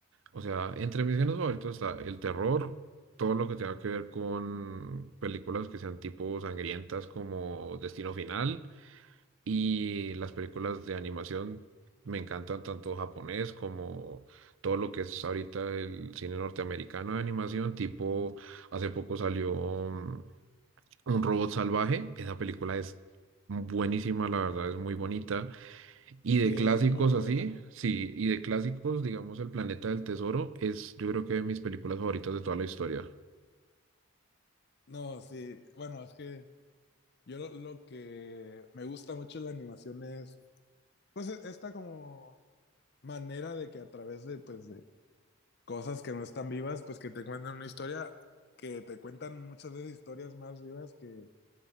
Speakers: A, on the right; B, on the left.
A: O sea, entre mis géneros favoritos está el terror, todo lo que tenga que ver con películas que sean tipo sangrientas como Destino Final. Y las películas de animación me encantan tanto japonés como todo lo que es ahorita el cine norteamericano de animación, tipo hace poco salió mm, Un robot salvaje, esa película es buenísima, la verdad es muy bonita. Y
B: Sí,
A: de clásicos
B: es muy buena.
A: así, sí, y de clásicos, digamos El planeta del tesoro es yo creo que de mis películas favoritas de toda la historia.
B: No, sí, bueno, es que yo lo, lo que me gusta mucho de la animación es, pues, e- esta como manera de que a través de, pues, de cosas que no están vivas, pues, que te cuentan una historia, que te cuentan muchas veces historias más vivas que,